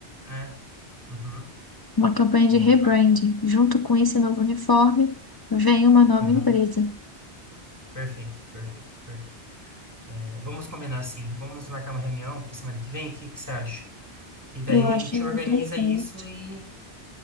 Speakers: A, on the right; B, on the left.
A: né? Uhum.
B: Uma campanha
A: É,
B: de rebranding.
A: ah,
B: Junto com esse novo uniforme, vem uma nova
A: aham.
B: empresa.
A: Perfeito, perfeito, perfeito. É, vamos combinar assim, vamos marcar uma reunião para semana que vem, o que que você acha? E daí
B: Eu acho
A: a gente organiza
B: perfeito.
A: isso e.